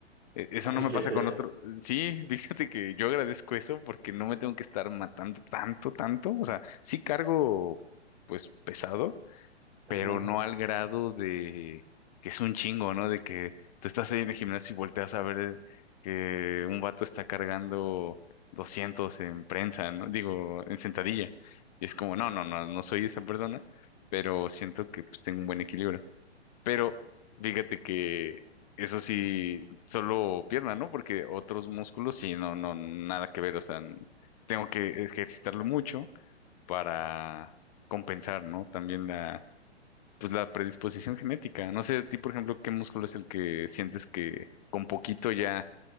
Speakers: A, on the left; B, on the right.
A: E- Eso
B: Ay,
A: no me
B: qué
A: pasa
B: pena.
A: con otro. Sí, <laughs> fíjate que yo agradezco eso porque no me tengo que estar matando tanto, tanto. O sea, sí cargo pues pesado,
B: Ajá,
A: pero no al grado de que es un chingo, ¿no? De que tú estás ahí en el gimnasio y volteas a ver que un vato está cargando 200 en prensa, ¿no? Digo, en sentadilla. Y es como, no, no, no, no soy esa persona, pero siento que pues tengo un buen equilibrio. Pero fíjate que eso sí, solo pierna, ¿no? Porque otros músculos sí, no, no, nada que ver, o sea, n- tengo que ejercitarlo mucho para compensar, ¿no? También la pues la predisposición genética. No sé, a ti, por ejemplo, ¿qué músculo es el que sientes que con poquito ya